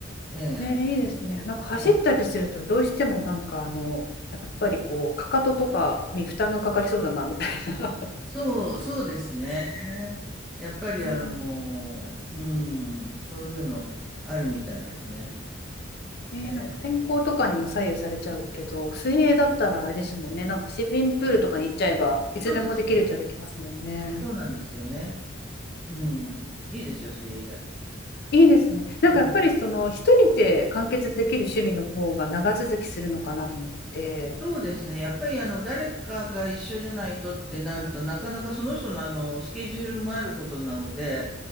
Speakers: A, in the centre; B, on the left.
A: ええ、
B: ね、いいですね。なんか走ったりすると、
A: ええ。
B: どうしてもなんかあの、やっぱりこう、かかととかに負担がかかりそうだな、みたいな。
A: そう、そうですね。やっぱりあの、
B: <laughs>
A: うん、そういうのあるみたいですね。
B: ね、
A: ええ、
B: なんか天候とかにも左右されちゃうけど、水泳だったらあれですもんね。なんか市民プールとかに行っちゃえば、いつでもできるっちゃできますもんね。
A: そうです、そうです。そうなんですよね。うん、いいですよ、水泳。
B: いいですね。なんかやっぱりその、
A: うん、
B: 一人で完結できる趣味の方が長続きするのかなと思って。
A: そうですね。やっぱりあの、誰かが一緒じゃないとってなると、なかなかその人のあの、スケジュールもあることなので、